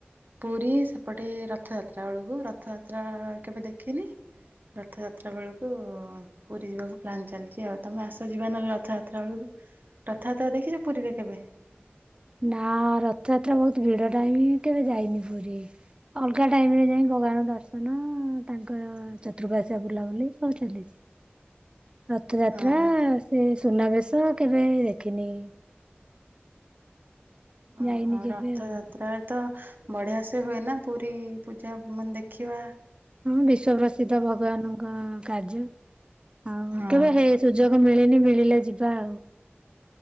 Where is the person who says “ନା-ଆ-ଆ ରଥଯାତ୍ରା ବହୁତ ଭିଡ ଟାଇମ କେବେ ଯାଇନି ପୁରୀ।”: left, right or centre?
Right